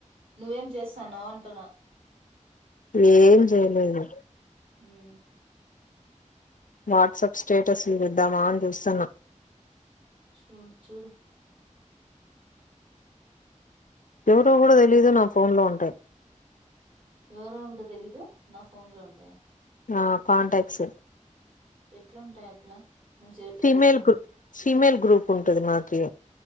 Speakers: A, on the right; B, on the left.
A: నువ్వేం చేస్తాన్నావ అంటనా
B: ఏం చెయలేదు
A: హ్మ్
B: వాట్సాప్ స్టేటస్లు చుద్దామా అని చూస్తున్నా
A: చుడు చుడు
B: ఎవరిదో కూడా తెలీదు నా ఫోన్ లో ఉంటాయి
A: ఎవరో కూడా తెలీదు నా ఫోన్ లో ఉంటయి
B: నా కాంటాక్ట్స్
A: ఎట్లుంటాయి అట్లా నువ్వు సేవ్
B: ఫీమేల్
A: చేసుకోండి
B: గ్రూప్ ఫీమేల్ గ్రూప్ ఉంటది మాకి